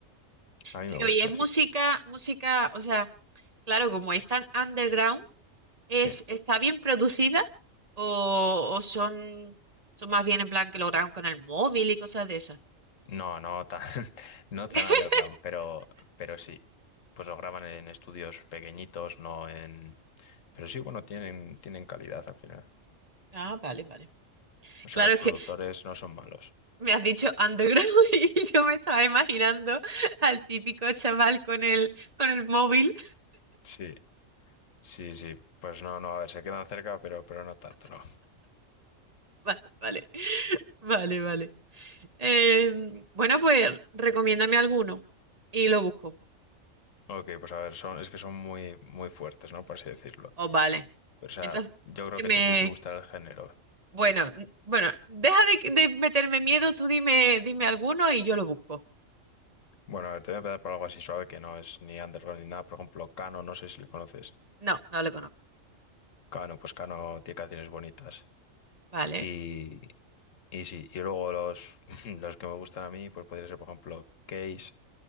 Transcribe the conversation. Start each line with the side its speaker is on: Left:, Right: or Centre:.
Left: A mí
Right: Pero
Left: me gusta,
Right: ¿y es música,
Left: sí.
Right: música, o sea, claro, como es tan underground? ¿Es,
Left: Sí.
Right: está bien producida o, o son, son más bien en plan que lo graban con el móvil y cosas de esas?
Left: No, no tan, <laughs> no
Right: <laughs>
Left: tan underground, pero, pero sí. Pues lo graban en estudios pequeñitos, no en... Pero sí, bueno, tienen, tienen calidad al final.
Right: Ah, vale, vale.
Left: O
Right: Claro,
Left: sea, los
Right: es
Left: productores
Right: que
Left: no son malos.
Right: me has dicho underground <laughs> y yo me estaba imaginando al típico chaval con el, con el móvil.
Left: Sí, sí, sí. Pues no, no, a ver, se quedan cerca, pero, pero no tanto, ¿no?
Right: Vale, vale, vale, vale. Eh, bueno, pues recomiéndame alguno y lo busco.
Left: Ok, pues a ver, son, es que son muy, muy fuertes, ¿no? Por así decirlo.
Right: Oh, vale.
Left: Pero, o sea,
Right: Entonces,
Left: yo creo
Right: que
Left: que
Right: me...
Left: te tiene que gustar el género.
Right: Bueno, n- bueno, deja de, de meterme miedo, tú dime, dime alguno y yo lo busco.
Left: Bueno, a ver, te voy a empezar por algo así suave que no es ni underground ni nada. Por ejemplo, Cano, no sé si le conoces.
Right: No, no lo conozco.
Left: Cano, pues Cano tiene canciones bonitas.
Right: Vale.
Left: Y, y sí, y luego los, <laughs> los que me gustan a mí, pues podría ser, por ejemplo, Case,